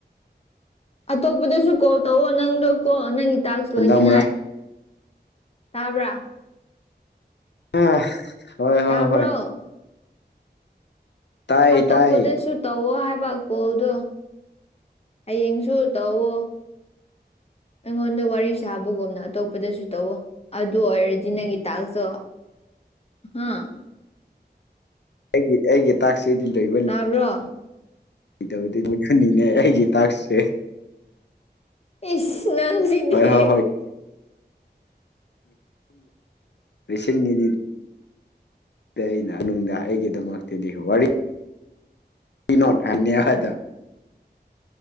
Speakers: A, on the left (about 35°); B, on the left (about 80°).
A: ꯑꯇꯣꯞꯄꯗꯁꯨ ꯀꯣꯜ ꯇꯧꯑꯣ ꯅꯪꯗꯣ ꯀꯣ ꯅꯪꯒꯤ ꯇꯥꯛꯁ ꯂꯣꯏꯅꯤꯡꯉꯥꯏ
B: ꯍꯟꯗꯛ ꯃꯔꯛ
A: ꯇꯕ꯭ꯔꯥ
B: ꯑ ꯍꯣꯏ ꯍꯣꯏ
A: ꯇꯥꯕ꯭ꯔꯣ
B: ꯍꯣꯏ ꯇꯥꯏ
A: ꯑꯇꯣꯞꯄꯗꯁꯨ
B: ꯇꯥꯏ
A: ꯇꯧꯋꯣ ꯍꯥꯏꯕ ꯀꯣꯜꯗꯣ ꯍꯌꯦꯡꯁꯨ ꯇꯧꯋꯣ ꯑꯩꯉꯣꯟꯗ ꯋꯥꯔꯤ ꯁꯥꯕꯒꯨꯝꯅ ꯑꯇꯣꯞꯄꯗꯁꯨ ꯇꯧꯋꯣ ꯑꯗꯨ ꯑꯣꯏꯔꯗꯤ ꯅꯪꯒꯤꯇꯥꯛꯁꯨ ꯍꯥ
B: ꯑꯩꯒꯤ ꯑꯩꯒꯤ ꯇꯥꯛꯁꯤꯗꯤ ꯂꯣꯢ
A: ꯇꯥꯕ꯭ꯔꯣ
B: ꯏꯗꯕꯗꯤ <inaudible> ꯎꯍꯟꯅꯤꯡꯅꯦ ꯑꯩꯒꯤ ꯇꯥꯛꯁꯁꯦ
A: ꯏꯁ ꯅꯪꯁꯤꯗꯤ
B: ꯍꯣꯏ ꯍꯣꯏ ꯁꯔꯤꯉꯅꯤ <inaudible> ꯑꯩꯅ ꯑꯩꯒꯤꯗꯃꯛꯇꯗꯤ ꯋꯥꯔꯤ ꯀꯤꯅꯣꯠ ꯍꯥꯏꯅꯤ ꯑꯍꯗ <inaudible>